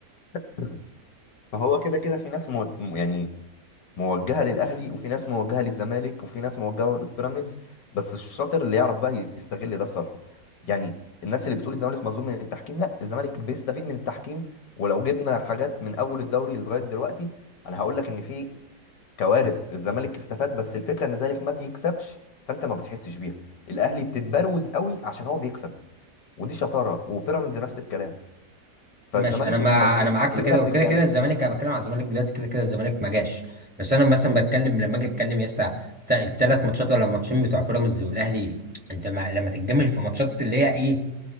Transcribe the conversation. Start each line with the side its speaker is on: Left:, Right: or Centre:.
Left: <laughs> فهو كده كده في ناس مو... يعني موجهه للاهلي وفي ناس موجهه للزمالك وفي ناس موجهه للبيراميدز بس الشاطر اللي يعرف بقى يستغل ده في صالحه يعني الناس اللي بتقول الزمالك مظلوم من التحكيم لا الزمالك بيستفيد من التحكيم ولو جبنا حاجات من اول الدوري لغايه دلوقتي انا هقول لك ان في كوارث الزمالك استفاد بس الفكره ان الزمالك ما بيكسبش فانت ما بتحسش بيها الاهلي بتتبروز قوي عشان هو بيكسب ودي شطاره وبيراميدز نفس الكلام
Centre: ماشي
Left: فالزمالك
Centre: انا مع
Left: مش مظلوم
Centre: انا معاك
Left: كلنا
Centre: في كده
Left: بنتجامل
Centre: وكده كده الزمالك انا بتكلم على الزمالك دلوقتي كده كده الزمالك ما جاش بس انا مثلا بتكلم لما اجي اتكلم يا اسطى الثلاث ماتشات ولا الماتشين بتوع بيراميدز والاهلي انت ما... لما تتجمل في ماتشات اللي هي ايه